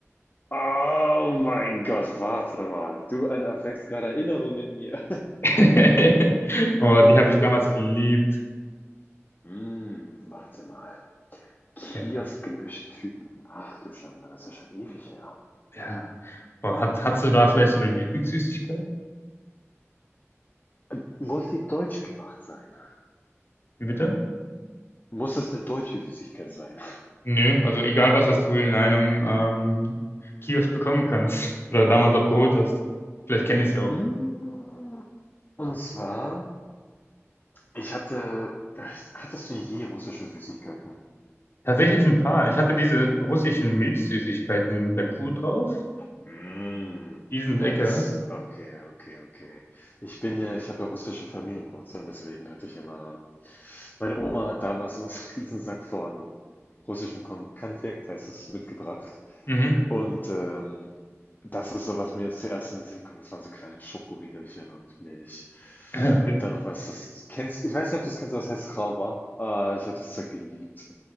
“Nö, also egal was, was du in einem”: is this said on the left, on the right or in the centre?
Left